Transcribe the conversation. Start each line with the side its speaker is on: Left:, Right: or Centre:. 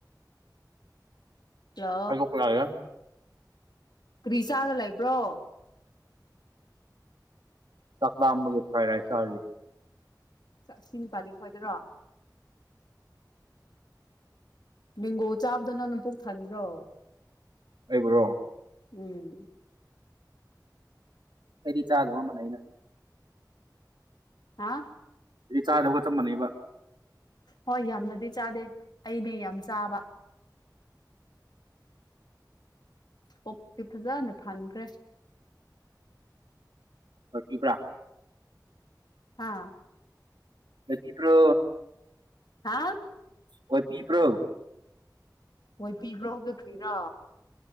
Left: ꯍꯜꯂꯣ
Right: ꯍꯥꯏꯗꯣꯛꯄ ꯂꯥꯏꯔ
Left: ꯀ꯭ꯔꯤꯆꯥꯥꯔ ꯂꯩꯕ꯭ꯔꯣ
Right: ꯆꯥꯛ ꯂꯥꯝꯕꯒꯤ ꯐ꯭ꯔꯥꯏ ꯔꯥꯢꯁ ꯆꯥꯔꯤ
Left: ꯆꯥꯛ ꯁꯤꯡꯄꯥꯥꯂꯤ ꯈꯣꯏꯗꯔꯣ ꯕꯤꯡꯒꯣ ꯆꯥꯕꯗꯨ ꯅꯪꯅ ꯄꯨꯛ ꯊꯟꯕ꯭ꯔꯣ
Right: ꯑꯩꯕꯨꯔꯣ
Left: ꯎꯝ
Right: ꯑꯩꯗꯤ ꯆꯥꯗꯕ ꯃꯅꯩꯗ
Left: ꯍꯥꯥ
Right: ꯗꯨꯗꯤ ꯆꯥꯗꯕꯒ ꯆꯞ ꯃꯅꯩꯕ
Left: ꯍꯣꯏ ꯌꯥꯝꯅꯗꯤ ꯆꯥꯗꯦ ꯑꯩꯅꯦ ꯌꯥꯝ ꯆꯥꯕ ꯄꯨꯛꯇꯤ ꯐꯖꯅ ꯊꯟꯈ꯭ꯔꯦ
Right: ꯑꯣꯏꯄꯤꯕ꯭ꯔ
Left: ꯍꯥꯥ
Right: ꯇꯄꯤꯄ꯭ꯔꯣ
Left: ꯍꯥꯥ
Right: ꯑꯣꯏꯄꯤꯕ꯭ꯔꯣ
Left: ꯑꯣꯏꯄꯤꯕ꯭ꯔꯣꯗꯣ ꯀ꯭ꯔꯤꯔꯥ